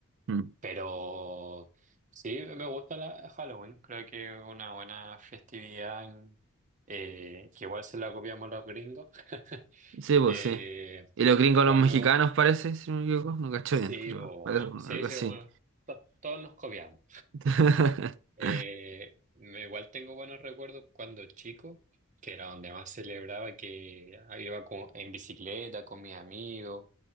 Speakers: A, on the right (about 55°); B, on the right (about 35°).
A: Mm.
B: Pero sí, me gusta la Halloween. Creo que es una buena festividad en- eh, que igual se la copiamos los gringos. <laughs>
A: Sí, pues
B: Eh,
A: sí. Y los gringos,
B: igual
A: los mexicanos
B: me gusta.
A: parece, si no me equivoco, no cacho
B: Sí,
A: bien, pero
B: pues, bueno.
A: parece
B: Sí,
A: algo
B: sí,
A: así.
B: bueno. to- todos nos copiamos.
A: <laughs>
B: Eh, me- igual tengo buenos recuerdos cuando chico, que era donde más celebraba, que iba con- en bicicleta con mis amigos,